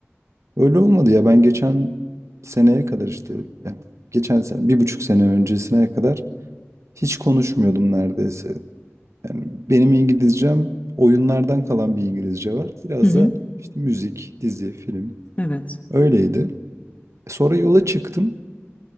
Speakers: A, on the right; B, on the left.
A: Öyle olmadı ya. Ben geçen seneye kadar işte ya geçen sene, bir buçuk sene öncesine kadar hiç konuşmuyordum neredeyse. Yani benim İngilizcem oyunlardan kalan bir İngilizce var. Biraz
B: Hı hı.
A: da işte müzik, dizi, film.
B: Evet.
A: Öyleydi. E, Sonra yola çıktım.